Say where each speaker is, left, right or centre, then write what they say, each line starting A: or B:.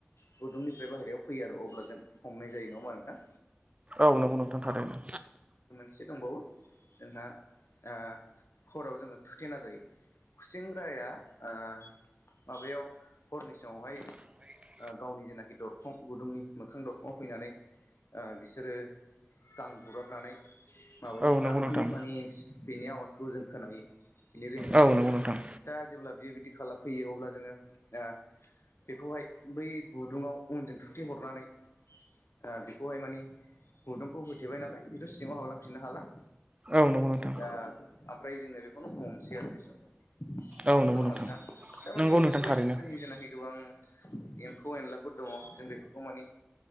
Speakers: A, on the left (about 85°); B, on the right (about 25°).
A: गुदुंनिफ्राय बाहेरायाव फैयो आरो अब्ला जों हमनाय जायो नङामा नोंथां?
B: औ नंगौ नोंथां थारैनो
A: एसे दंबावो जोंहा ओ हराव जोङो थुथेना जायो खुसेंग्राया ओ माबायाव हरनि समावहाय
B: <unintelligible>
A: आ गावनि जेनाखि दरखं गुदुंनि मोखां दरखंआव फैनानै ओ बिसोरो गां बुब्राबनानै माबायो
B: औ नंगौ
A: गाबफैयो
B: नोंथां
A: माने बिनि आवाजखौ जों खोनायो बिनि रिंनायखौ
B: औ नंगौ नोंथां
A: दा जेब्ला बियो बिदि खालाम फैयो अब्ला जोङो आ बेखौहाय बै गुदुङाव उनजों थुथेहरनानै ओ बेखौहाय माने गुदुंखौ होथेबाय नालाय बेथ सिङाव हाबलांफिननो हाला
B: औ नंगौ नोंथां
A: दा ओमफ्राय जोङो बेखौनो हमनोसै आरो बे समाव नङा
B: औ नंगौ
A: होमबा
B: नोंथां
A: नो दा दा माने
B: नंगौ नोंथां
A: बेफोरबायदिनो
B: थारैनो
A: जोंनि जानाखि गोबां एम्फौ एनलाफोर दङ जों बेफोरखौ माने